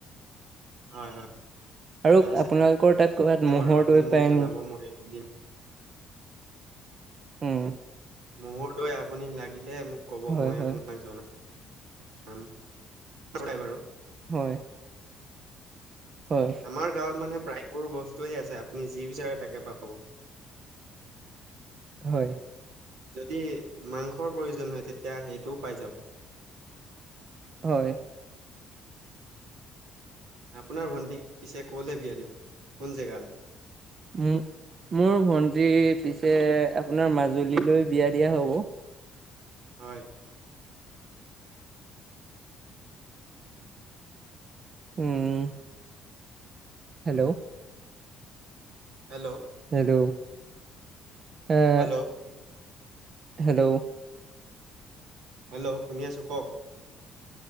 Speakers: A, on the right; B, on the right.
A: হয় হয়।
B: আৰু
A: আছে
B: আপোনালোকৰ তাত ক'ৰবাত ম'হৰ
A: বাৰু আপুনি
B: দৈ
A: মোক
B: পায়
A: জনাব
B: নি?
A: মই দিম
B: উম।
A: ম'হৰ দৈ আপুনি লাগিলে মোক ক'ব,
B: হয়
A: মই
B: হয়
A: আপোনাক জনা আম <inaudible> বাৰু।
B: হয়। হয়।
A: আমাৰ গাঁৱত মানে প্ৰায়বোৰ বস্তুৱেই আছে, আপুনি যি বিচাৰে তাকে পাব।
B: হয়।
A: যদি মাংসৰ প্ৰয়োজন হয় তেতিয়া সেইটোও পাই যাব।
B: হয়।
A: আপোনাৰ ভণ্টি, পিছে ক'লে বিয়া দিব? কোন জেগালে?
B: মো - মোৰ ভন্টিৰ পিছে, আপোনাৰ মাজুলীলৈ বিয়া দিয়া হ'ব।
A: হয়।
B: উম। হেল্ল!
A: হেল্ল!
B: হেল্ল! এ',
A: হেল্ল'
B: হেল্ল!
A: হেল্ল! শুনি আছোঁ কওক।